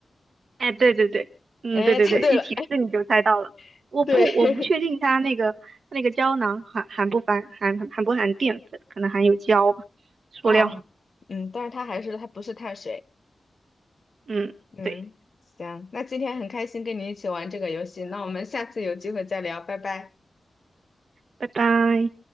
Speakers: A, on the right (about 75°); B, on the left (about 45°).
A: 哎，对对对，嗯，
B: 哎，
A: 对对对，
B: 猜对了，
A: 一提示你就猜到了，
B: <laughs>
A: 我不我不确定它那个它那个胶囊含含不含含含不含淀粉，
B: 对
A: 可能含有胶吧，
B: <laughs>
A: 塑料，
B: 啊，嗯，但是它还是它不是碳水。
A: 嗯，
B: 嗯，
A: 对，
B: 行，那今天很开心跟你一起玩这个游戏，那我们下次有机会再聊，拜拜。
A: 拜拜。